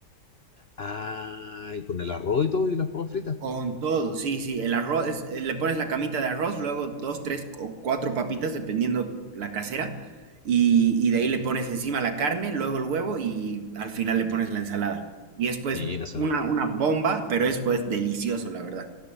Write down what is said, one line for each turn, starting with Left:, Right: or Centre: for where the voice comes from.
Left: Ah, y con el arroz y todo y las papas fritas.
Right: Con todo, sí, sí, el arroz, es- eh, le pones la camita de arroz, luego dos, tres o cuatro papitas, dependiendo la casera, y, y de ahí le pones encima la carne, luego el huevo y al final le pones la ensalada. Y es pues
Left: Mira, suena.
Right: una, una bomba, pero es pues delicioso, la verdad.